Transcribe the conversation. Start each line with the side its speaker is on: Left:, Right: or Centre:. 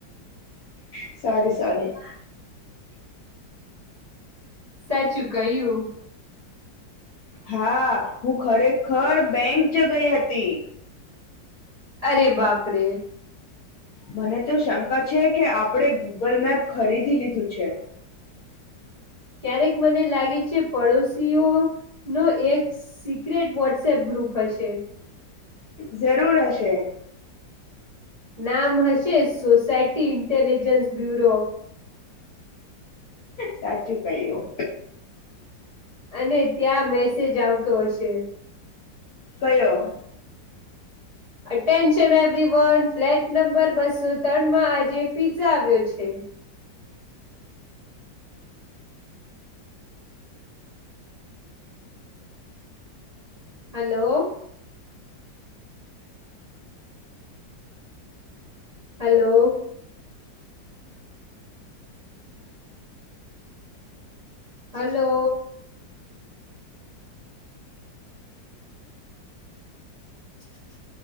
Left: સોરી સોરી
Right: સાચું કહ્યું.
Left: હા હું ખરેખર બેંક જ ગઇ હતી.
Right: અરે બાપરે
Left: મને તો શંકા છે કે આપણે ગૂગલ મેપ ખરીદી લીધું છે.
Right: ક્યારેક મને લાગે છે પડોશીઓનો એક્સ સિક્રેટ વોટ્સએપ ગ્રુપ હશે.
Left: ઝરૂર હશે.
Right: નામ હશે સોસાયટી ઇન્ટેલિજન્સ બ્યુરો.
Left: સાચું કહ્યું.
Right: અને ત્યાં મેસેજ આવતો હશે.
Left: કયો?
Right: Attention every one flat number બસો ત્રણમાં આજે પીઝા આવ્યો છે. Hello hello hello <inaudible>